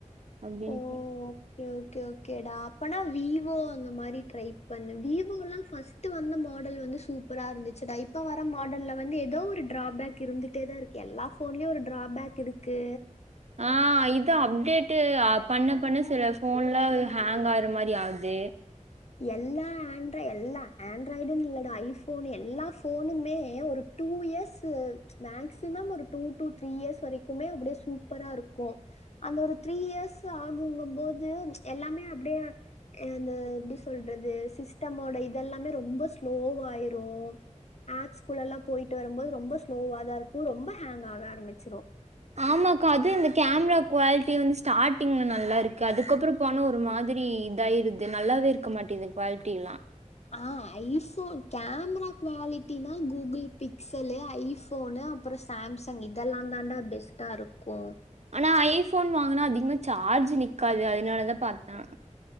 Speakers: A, on the right (about 60°); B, on the left (about 55°).
A: அப்டின்டு.
B: ஓ ஓகே ஓகே ஓகேடா அப்பனா விவோ அந்த மாதிரி. ட்ரை பண்ணு விவோலாம் ஃபர்ஸ்ட் ஃபஸ்ட்டு வந்த மாடல் வந்து சூப்பரா இருந்துச்சுடா இப்ப வர மாடல்ல வந்து ஏதோ ஒரு டிராபேக் இருந்துட்டே தான் இருக்கு எல்லா போன்லயும் ஒரு டிராபேக் இருக்கு.
A: ஆஹ இது அப்டேட்டு பண்ண பண்ண சில போன்லாம் ஹேங் ஆற மாதிரி ஆகுது.
B: எல்லா ஆண்ட் எல்லா ஆண்ட்ராய்டுன்னு இல்லைடா ஐபோன் எல்லா போனுமே ஒரு டூ இயர்ஸ் மேக்சிமம் ஒரு டூ டூ த்ரீ இயர்ஸ் வரைக்குமே அப்படியே சூப்பரா இருக்கும் அந்த ஒரு த்ரீ இயர்ஸ் ஆகுங்கும்போது எல்லாமே அப்படியே அந்த. சொல்றது சிஸ்டமோட இதெல்லாமே ரொம்ப ஸ்லோவாயிரும் ஆப்ஸ்குள்ள எல்லாம் போயிட்டு வரும்போது ரொம்ப ஸ்லோவா தான் இருக்கும் ரொம்ப ஹேங் ஆக ஆரம்பிச்சிரும்.
A: ஆமாக்கா அதுவும் இந்த கேமரா குவாலிட்டி வந்து ஸ்டார்ட்டிங்ல நல்லா இருக்கு அதுக்கப்புறம் போன ஒரு மாதிரி இதாயிருது நல்லாவே இருக்க மாட்டிது குவாலிட்டி எல்லாம்.
B: ஆஹ ஐபோன் கேமரா குவாலிட்டினா கூகுள் பிக்சலு ஐபோனு அப்புறம் சாம்சங் இதெல்லாம் தாண்டா பெஸ்ட்டா இருக்கும்.
A: ஆனா ஐபோன் வாங்கினா அதிகமா சார்ஜ் நிக்காது அதனாலதான் பாத்தேன்.